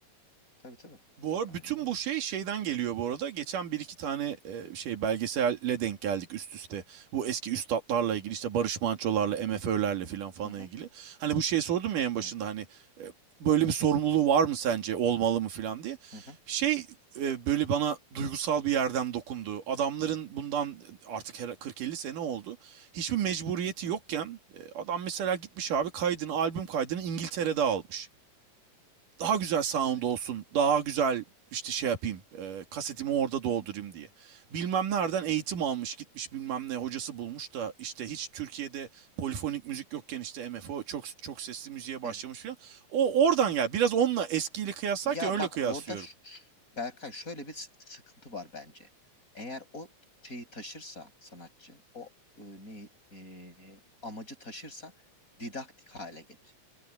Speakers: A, on the left (about 25°); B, on the right (about 85°).
A: Tabii tabii.
B: Bu arada
A: Aynen
B: bütün
A: öyle.
B: bu şey şeyden geliyor bu arada. Geçen bir iki tane e, şey belgeselle denk geldik üst üste. Bu eski üstatlarla ilgili işte Barış Manço'larla, MFÖ'lerle filan falan
A: Hı hı.
B: falan ilgili. Hani bu şey sordum ya en başında
A: Evet.
B: hani e, böyle bir sorumluluğu var mı sence olmalı mı filan diye.
A: Hı hı,
B: Şey e, böyle bana duygusal bir yerden dokundu. Adamların bundan artık her- 40-50 sene oldu. Hiçbir mecburiyeti
A: hı
B: yokken
A: hı.
B: e, adam mesela gitmiş abi kaydını, albüm kaydını İngiltere'de almış daha güzel sound
A: Evet.
B: olsun, daha güzel işte şey yapayım, e, kasetimi orada doldurayım
A: Hı hı,
B: diye. Bilmem nereden eğitim almış, gitmiş bilmem ne hocası bulmuş da işte hiç Türkiye'de polifonik müzik yokken işte MFO çok çok sesli müziğe başlamış
A: evet.
B: falan. O oradan gel. Biraz onunla eskiyle kıyaslarken
A: Ya
B: öyle
A: bak
B: kıyaslıyorum.
A: orada ş- ş- Berkay şöyle bir s- sıkıntı var bence. Eğer o şeyi taşırsa sanatçı, o e, ne e, amacı taşırsa didaktik hale gelir.